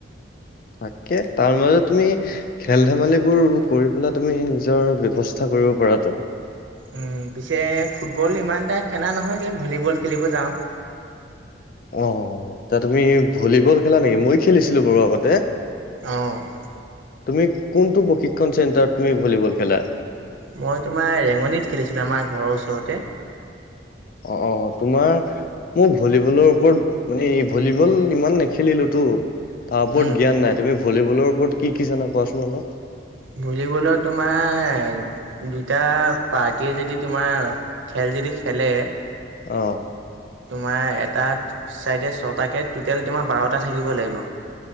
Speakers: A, on the left (about 45°); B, on the right (about 80°).
A: তাকে, তাৰ মাজত তুমি খেল-ধেমালিবোৰ কৰি পেলাই তুমি নিজৰ ব্যৱস্থা কৰিব পৰাটো।
B: উম, পিছে ফুটবল ইমান এটা খেলা নহয় গে, ভলীবল খেলিব যাওঁ।
A: অ', এয়া তুমি ভলীবল খেলা নেকি? মইও খেলিছিলো বাৰু আগতে।
B: অ
A: তুমি, কোনটো প্ৰশিক্ষণ চেণ্টাৰত তুমি ভলীবল খেলা।
B: মই তোমাৰ ৰেঙনিত খেলিছিলোঁ, আমাৰ ঘৰৰ ওচৰতে।
A: অ', অ', তোমাৰ মই ভলীবলৰ ওপৰত মানে, ভলীবল ইমান নেখেলিলোতো। তাৰ ওপৰত
B: উম
A: জ্ঞান নাই, তুমি ভলীবলৰ ওপৰত কি, কি জানা কোৱাচোন অলপ।
B: ভলীবলত তোমাৰ দুটা পাৰ্টিয়ে, যদি তোমাৰ খেল যদি খেলে
A: অ'।
B: তোমাৰ এটাত ছাইডে ছয়টাকে, ট'টেল তোমাৰ বাৰটা থাকিব লাগিব।